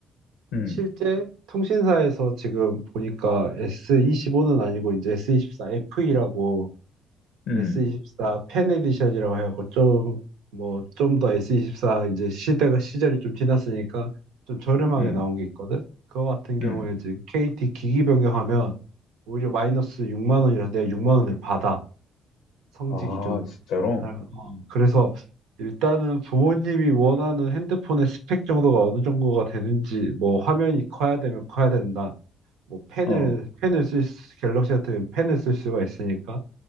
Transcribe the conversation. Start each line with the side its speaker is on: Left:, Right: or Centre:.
Left: 음,
Right: 실제 통신사에서 지금 보니까 S25는 아니고 이제 S24 FE라고
Left: 음,
Right: S24 팬 에디션이라고 해갖고 좀 뭐 좀 더 S24 이제 시대가 시절이 좀 지났으니까 좀 저렴하게
Left: 음,
Right: 나온 게 있거든. 그거 같은 경우에
Left: 음.
Right: 지금 KT 기기 변경하면 오히려 마이너스 6만 원이라서 내가 6만 원을 받아 성지
Left: 아,
Right: 기준으로.
Left: 진짜로?
Right: 네, 어, 그래서 일단은 부모님이 원하는 핸드폰의 스펙 정도가 어느 정도가 되는지 뭐 화면이 커야 되면 커야 된다. 뭐 펜을
Left: 어,
Right: 펜을 쓸 수- 갤럭시 같은 펜을 쓸 수가 있으니까